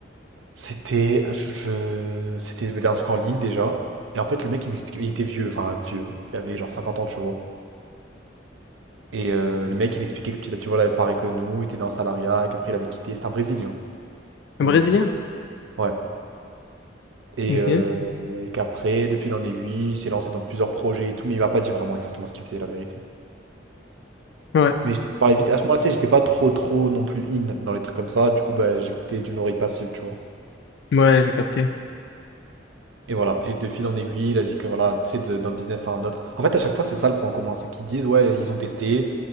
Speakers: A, on the right (about 80°); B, on the left (about 65°).
A: C'était ah, je- je- c'était un truc en ligne déjà. Et en fait, le mec, il m'expliquait, il était vieux, enfin vieux, il avait genre 50 ans, tu vois. Et euh, le mec, il expliquait que petit à petit, voilà, pareil que nous, il était dans le salariat, qu'après il avait quitté. C'est un Brésilien,
B: Un
A: le
B: Brésilien?
A: mec. Ouais. Et,
B: Ok.
A: euh, et qu'après, de fil en aiguille, il s'est lancé dans plusieurs projets et tout, mais il m'a pas dit vraiment exactement ce qu'il faisait, la vérité.
B: Ouais.
A: Mais je te parlais vite. À ce moment-là, tu sais, j'étais pas trop, trop non plus in dans les trucs comme ça. Du coup, bah, j'écoutais d'une oreille passive, tu vois.
B: Ouais, j'ai capté.
A: Et voilà, et de fil en aiguille, il a dit que voilà, tu sais, de- d'un business à un autre. En fait, à chaque fois, c'est ça le point commun, c'est qu'ils disent, ouais, ils ont testé,